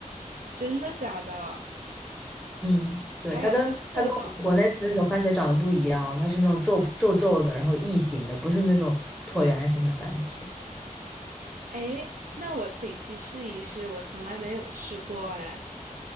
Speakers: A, on the right (about 85°); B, in the centre.
A: 真的假的？
B: 嗯，对，
A: 还有黑色的？
B: 它跟它跟我们国内的那种番茄长得不一样，它是那种皱皱皱的，然后异形的，不是那种椭圆形的番茄。
A: 哎，那我得去试一试，我从来没有试过哎。